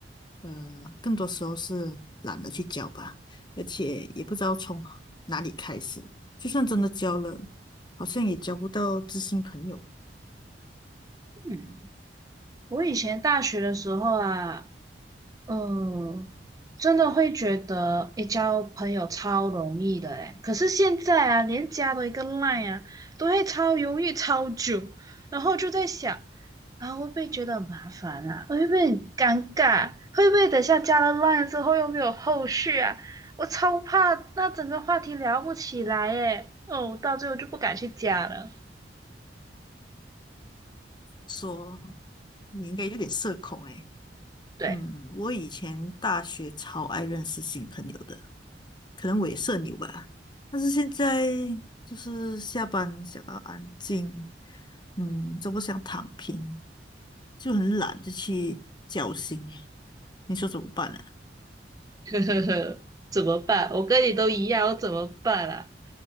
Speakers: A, on the left (about 25°); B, on the right (about 20°).
A: 呃，更多时候是懒得去交吧，而且也不知道从哪里开始，就算真的交了，好像也交不到知心朋友。
B: 嗯，我以前大学的时候啊，嗯，真的会觉得诶，交朋友超容易的诶，可是现在啊，连加多一个 line 啊，都会超犹豫超久，然后就在想，啊，会不会觉得很麻烦啊？会不会很尴尬？会不会等下加了 line 之后又没有后续啊？我超怕那整个话题聊不起来诶，哦，我到最后就不敢去加了。
A: 说你应该有点社恐诶，
B: 对。
A: 嗯，我以前大学超爱认识新朋友的。可能我也社牛吧。但是现在就是下班想要安静，嗯，都不想躺平，就很懒就去交心耶。你说怎么办啊？
B: <laughs> 呵呵呵，怎么办？我跟你都一样，我怎么办啊？